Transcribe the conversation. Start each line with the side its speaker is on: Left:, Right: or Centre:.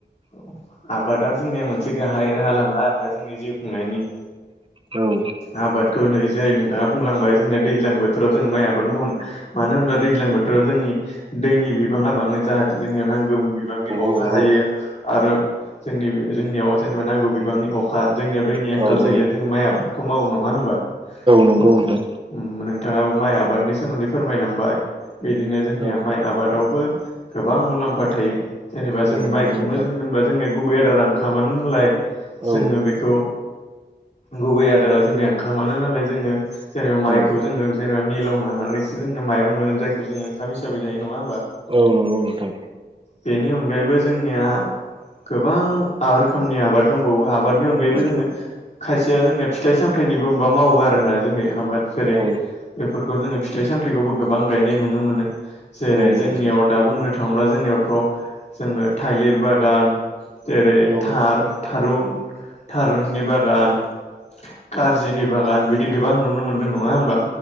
Left: औ। आबादा जोंनिया मोनसे गाहाय राहा लामा आरोना जोंनि जिउ खुंनायनि।
Right: औ।
Left: आबादखौ नै जेरै नोंथाङा बुंलांबाय जोंनिया दैज्लां बोथोराव जों माइ आबाद मावो। मानो होनब्ला दैज्लां बोथोराव जोंनि दैनि बिबाङा बाङो जाहाथे जोंनियाव नां गौ बिबांनि अखा
Right: औ
Left: हायो आरो जोंनि जोंनियाव जेनेबा नांगौ बिबांनि अ खा जोंनियाव दैनि
Right: औ
Left: आंखाल
Right: औ
Left: जायोलाय
Right: औ
Left: जों माइ आबादखौ मावो नङा होमबा।
Right: नंगौ
Left: औ
Right: नोंथां
Left: उम बिथाङाबो माइ आबादनि सोमोन्दै फोरमायलांबाय बिदिनो जोंनिया
Right: औ
Left: माइ आबादावबो गोबां मुलाम्फा थायो। जेनेबा जों
Right: औ
Left: माइखौनो
Right: नंगौ नोंथां
Left: जों होनबा जोंनिया गुबै आदार ओंखामानो होनलाय
Right: औ
Left: जोङो बेखौ गुबै आदारा जोंनिया ओंखामानो नालाय जोङो जेनेबा माइखौ
Right: औ
Left: जोङो जे नेबा मिलावनानानैसो जोंना माइरं मोनो जायखौ जोङो ओंखाम हिसाबै जायो नङा होमबा।
Right: औ नंगौ नोंथां।
Left: बेनि अनगायैबो जोंनिया गोबां आर रोखोमनि आबाद दंबावो आ बादनि अनगायैबो
Right: औ
Left: जोङो खायसेया जोंना फिथाइ सामथाइनिबो मबा मावो आरोना जोंनिया। आबाद जेरै
Right: औ
Left: बेफोरखौ जोङो फिथाइ सामथाइखौबो गोबां गायनाय नुनो मोनो। जेरै
Right: औ
Left: जोंनियाव
Right: नंगौ
Left: दा बुंनो थाङोब्ला जोंनियावथ' जोङो थाइलिर बागान, जेरै
Right: औ
Left: थार-थारुन थारुननि बागान, खारजिनि बागान बिदि गोबां नुनो मोनदों नङा होमबा।